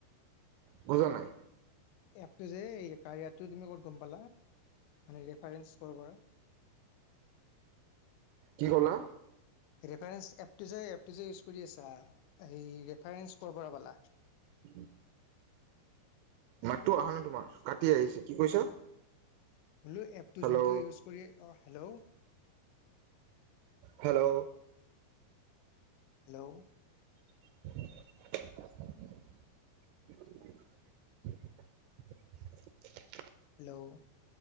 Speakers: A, on the right; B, on the left.
A: বুজা নাই।
B: এপটো যে, এই কাৰয়াটো তুমি ক'ত গম পালা? মানে এপ ফাৰেঞ্চ ক'ৰ পৰা?
A: কি ক'লা?
B: ৰেফাৰেন্স এপটো যে এপটো যে ইউজ কৰি আছা হেই ৰেফাৰেঞ্চ ক'ৰ পৰা পালা?
A: উম, মাততো অহা নাই তোমাৰ কাটি আহিছে কি কৈছা।
B: বোলো এপটো
A: হেল্ল'
B: যোনটো ইউজ কৰি অ, হেল্ল',
A: হেল্ল',
B: হেল্ল',
A: <inaudible> <inaudible>
B: হেল্ল'